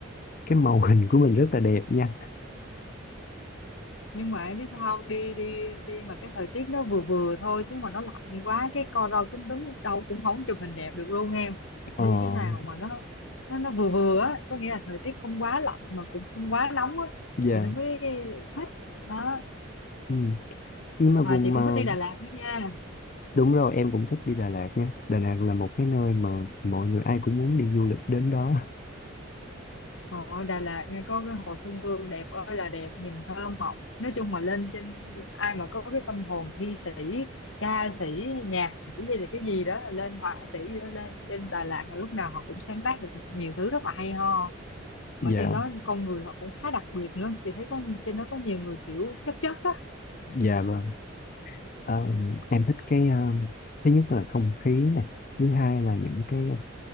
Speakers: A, on the left (about 40°); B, on the left (about 75°).
A: cái màu <laughs> hình của mình rất là đẹp nha
B: nhưng mà em biết sao không đi đi đi mà cái thời tiết nó vừa vừa thôi chứ mà nó lạnh quá cái co ro cúm đúng đâu cũng không chụp hình đẹp được luôn em
A: ờ
B: đi cái nào mà nó nó nó vừa vừa á có nghĩa là thời tiết không quá lạnh mà cũng không quá nóng á
A: dạ
B: thì nó mới thích đó
A: ừ. nhưng mà vùng
B: mà chị cũng
A: mà
B: thích đi Đà Lạt nữa nha
A: đúng rồi em cũng thích đi Đà Lạt nha Đà Lạt là một cái nơi mà mọi người ai cũng muốn đi du lịch đến đó
B: Họ Đà Lạt nha có cái Hồ Xuân Hương đẹp ơi là đẹp nhìn thơ mộng nói chung mà lên trên ai mà có cái tâm hồn thi sĩ ca sĩ nhạc sĩ hay là cái gì đó lên họa sĩ gì đó lên trên Đà Lạt là lúc nào họ cũng sáng tác được nhiều thứ rất là hay ho
A: <laughs>
B: mà
A: dạ
B: trên đó con người họ cũng khá đặc biệt nữa chị thấy có trên đó có nhiều người kiểu chất chất á
A: dạ vâng Ờ, em thích cái ờ, thứ nhất là không khí nè thứ hai là những cái ờ,